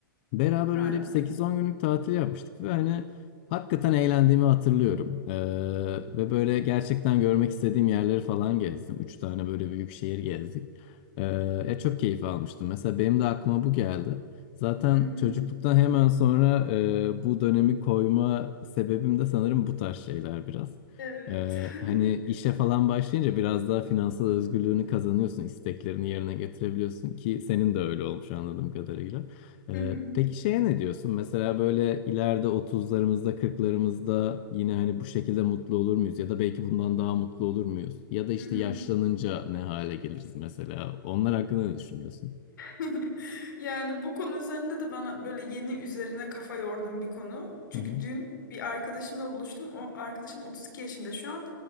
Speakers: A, on the left; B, on the left.
A: Beraber
B: Harika.
A: öyle bir sekiz on günlük tatil yapmıştık ve hani hakikaten eğlendiğimi hatırlıyorum. Ee, ve böyle gerçekten görmek istediğim yerleri falan gezdim. 3 tane böyle büyük şehir gezdik. Ee, ya çok keyif almıştım. Mesela benim de aklıma bu geldi. Zaten
B: Hı hı.
A: çocukluktan hemen sonra e, bu dönemi koyma sebebim de sanırım bu tarz şeyler biraz.
B: Evet.
A: Ee, hani
B: <laughs>
A: işe falan başlayınca biraz daha finansal özgürlüğünü kazanıyorsun, isteklerini yerine getirebiliyorsun ki senin de öyle olmuş anladığım kadarıyla. Ee,
B: Hı hı.
A: peki şeye ne diyorsun? Mesela böyle ileride otuzlarımızda, kırklarımızda yine hani bu şekilde mutlu olur muyuz? Ya da belki bundan daha mutlu olur muyuz? Ya da işte
B: Hı hı.
A: yaşlanınca ne hale geliriz mesela? Onlar hakkında ne düşünüyorsun?
B: <laughs> Yani bu konu üzerinde de bana böyle yeni üzerine kafa yordum bir konu. Çünkü
A: Hı hı.
B: dün bir arkadaşımla buluştum. O arkadaşım 32 yaşında şu an